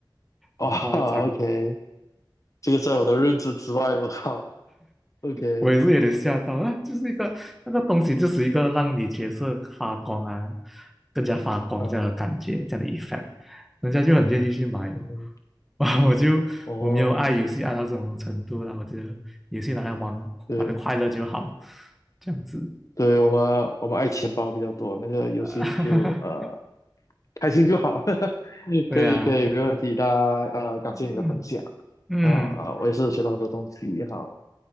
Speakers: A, on the left; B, in the centre.
A: 哇，OK，
B: 很夸张。
A: 这个在我的认知之外，我靠，OK，
B: 我也是有点吓到啊，就是一个那个东西，就是一个让你角色发光啊，更加发光这样的感觉，
A: 嗯，
B: 这样的 effect，人家就很愿意去买哦。
A: 嗯，
B: <laughs> 哇，我就我没有爱游戏爱到这种程度啦，
A: 哦，
B: 我觉得游戏拿来玩玩的快乐就好，
A: 对
B: 这样子。
A: 对，我们我们爱钱包比较多，那个游戏就呃
B: <laughs>
A: 开心就好，<laughs>
B: 对啊，
A: 可以可以，没问题。那呃，
B: 嗯
A: 感谢你的分享
B: 嗯，
A: 啊啊，
B: 嗯
A: 我也是学到很多东西。好，